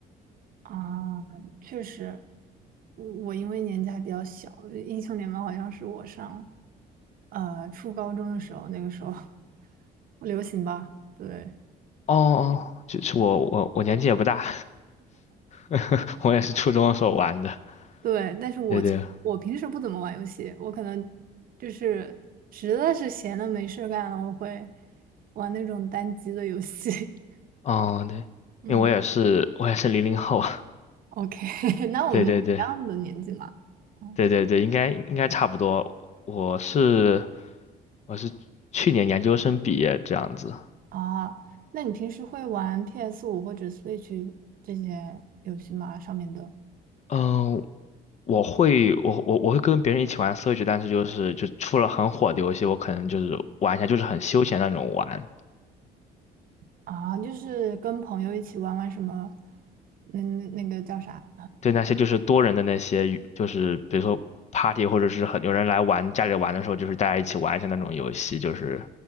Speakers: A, on the right (about 55°); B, on the left (about 40°).
A: 啊，确实，我我因为年纪还比较小，英雄联盟好像是我上呃初高中的时候，那个时候 <laughs> 流行吧，对
B: 哦哦，就是我我我年纪也不大，<laughs> 我也是初中的时候玩的。
A: 对，但是我其我平时不怎么玩游戏，
B: 对对，
A: 我可能就是实在是闲的没事儿干了，我会玩那种单机的游戏。<laughs>
B: 哦对，
A: 嗯
B: 因为我也是我也是零零后。
A: ，OK，<laughs> 那我们是一样的年纪嘛。
B: 对对对
A: 嗯
B: 对对对，应该应该差不多。我是我是去年研究生毕业这样子。
A: 啊，那你平时会玩 p s 五或者 Switch 这些游戏吗？上面的
B: 嗯，我会我我我会跟别人一起玩 Switch，但是就是就出了很火的游戏，我可能就是玩一下，就是很休闲那种玩。
A: 啊，就是跟朋友一起玩玩什么，那那个叫啥？
B: 对那些就是多人的那些，就是比如说 party 或者是很有人来玩家里玩的时候，就是大家一起玩一下那种游戏，就是